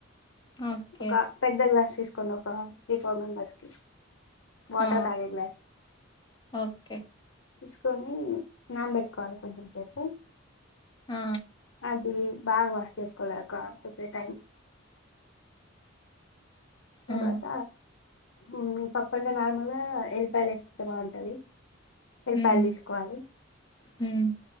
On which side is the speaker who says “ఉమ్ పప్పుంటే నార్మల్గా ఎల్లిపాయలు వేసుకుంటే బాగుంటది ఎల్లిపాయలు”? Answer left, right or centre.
Left